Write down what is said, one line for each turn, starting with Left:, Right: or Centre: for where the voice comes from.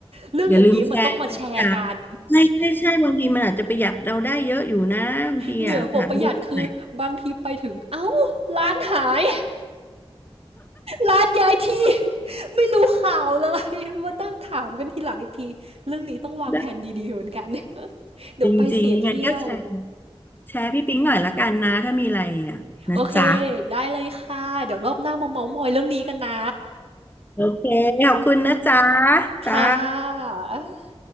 Right: เรื่องอย่างนี้มันต้องมาแชร์กัน
Left: อย่าลืมแชร์นะจ๊ะใช่ใช่ใช่บางทีมันอาจจะประหยัดเราได้เยอะอยู่นะบางทีอ่ะหาดูไหน
Right: เหนือกว่าประหยัดคือบางทีไปถึงเอ้าร้านหาย ร้านย้ายที่ <laughs> ไม่รู้ข่าวเลย <laughs> มาตั้งถามกันทีหลังอีกทีเรื่องนี้ต้องวางแผนดีๆเหมือนกัน
Left: ได้
Right: <laughs> เดี๋ยวไปเสียเที่ยว
Left: จริงๆยังไงก็แชร์แชร์พี่ปิ๊งหน่อยละกันนะถ้ามีอะไรอ่ะนะจ๊ะ
Right: โอเคได้เลยค่ะเดี๋ยวรอบหน้ามาเม้าท์มอยเรื่องนี้กันนะ
Left: โอเคขอบคุณนะจ๊ะ
Right: <laughs>
Left: จ้า
Right: ค่ะ